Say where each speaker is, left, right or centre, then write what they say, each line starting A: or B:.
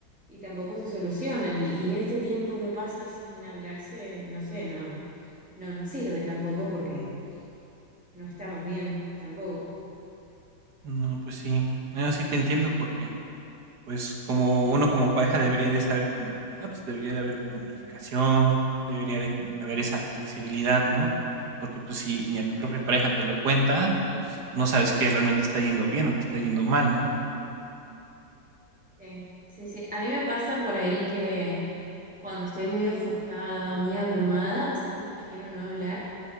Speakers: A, in the centre; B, on the right (about 60°).
A: y tampoco se solucionan. Y, y este tiempo que pasa sin hablarse, no sé, no, no nos sirve tampoco porque no estamos bien tampoco.
B: No, pues sí, no, sí te entiendo porque, pues como uno como pareja debería de saber como de que, ah, pues debería de haber comunicación, debería de como que haber esa flexibilidad, ¿no? Porque pues si ni a tu propia pareja te lo cuenta, pues no sabes que realmente está yendo bien o que está yendo mal, ¿no?
A: Sí, sí, sí. A mí me pasa por ahí que cuando estoy muy ofuscada o muy abrumada, sí prefiero no hablar